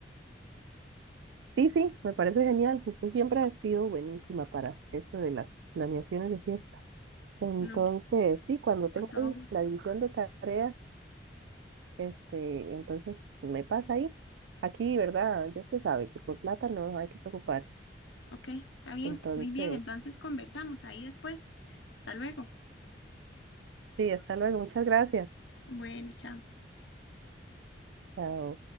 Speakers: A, on the right; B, on the left.
A: Sí, sí, me parece genial. Usted siempre ha sido buenísima para esto de las planeaciones de fiesta. Entonces,
B: No, hombre,
A: sí, cuando tenga
B: con todo
A: ahí
B: gusto.
A: la división de tareas, Este, entonces me pasa ahí. Aquí, ¿verdad? Ya usted sabe que por plata no hay que preocuparse.
B: Ok, está bien,
A: Entonces,
B: muy bien, entonces conversamos ahí después. Hasta luego.
A: sí, hasta luego. Muchas gracias.
B: Bueno, chao.
A: Chao.